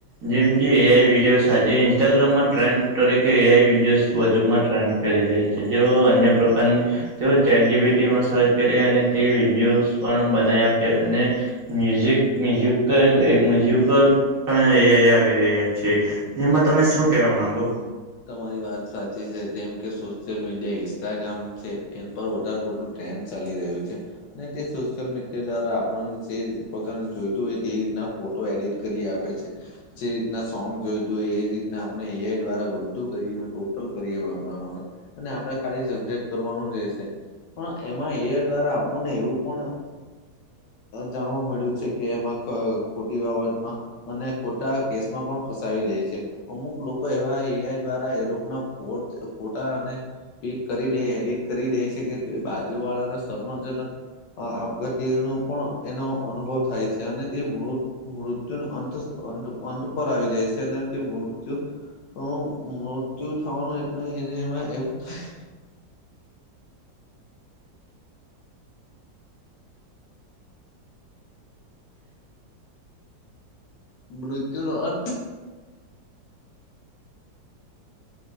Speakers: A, on the right; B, on the left.
A: જેમ કે એ આઈ વિડીયો આજે ઇન્સ્ટાગ્રામમાં ટ્રેન્ડ તરીકે એઆઈ વિડીયોઝ વધુમાં ટ્રેન્ડ કરી જાય છે. છે જેઓ અન્ય પ્રકારની તેઓ ચેટ જીબીટીમાં સર્ચ કરે અને તે વિડીયોસ પણ બનાવી આપે અને મ્યુઝિક મ્યુલ મઝ્યુકલ પણ અ આવી રહ્યા છે. જેમાં તમે શું કેવા માંગો
B: તમારી વાત સાચી છે, કેમ કે સોશલ મીડિયા ઇન્સ્ટાગ્રામ છે એ પર વધારેું ટ્રેન્ડ ચાલી રહ્યું છે. અને તે સોશિયલ મીડિયા દ્વારા આપણને જે પ્રકારને જોઈતું હોય, તે રીતના ફોટો એડિટ કરી આપે છે, જે રીતના સોંગ જોઈતું હોય એ રીતના આપણે એઆ દ્વારા કરી ટોટલ કરીએ આપણે ખાલી જનરેટ કરવાનું જ રહેશે પણ એમાં એ દ્વારા આપું ને એવું પણ જાણવા મળ્યું છે, કે એમાં ખોટી બાબતમાં અને ખોટા કેસમાં પણ ફસાવી દે છે, અમુક લોકો એવા એ દ્વારા એ લોકો ના ફોટા અને પિક કરી દે એડિટ કરી દે છે કે બાજુ વાળાના સન્માજનક આપગતિ ન પણ એનો અનુભવ થાય છે, અને તે મૃત મૃત્યુ અંત અંત પર આવી જાય છે, અને તે મૃત્યુ મૃત્યુ થવાનું એટલે એને એમાં એવું થાય મચ ના